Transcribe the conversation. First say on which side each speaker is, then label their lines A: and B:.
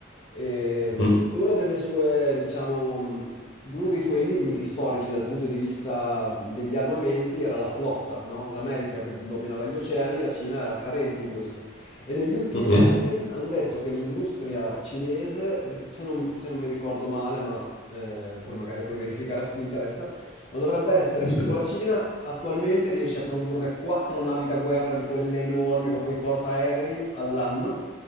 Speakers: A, on the left (about 30°); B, on the left (about 75°).
A: e
B: Mhm,
A: una delle sue, diciamo, mh, uno dei suoi limiti storici dal punto di vista degli armamenti era la flotta, no? L'America che dominava gli oceani e la Cina era carente in questo. E negli ultimi
B: mhm,
A: anni hanno detto che l'industria cinese, ri- se non, se non mi ricordo male, ma eh, poi magari puoi verificare se ti interessa, ma dovrebbe essere
B: sì,
A: che
B: sì.
A: tipo la Cina attualmente riesce a produrre quattro navi da guerra di quelle enormi, proprio i portaerei all'anno.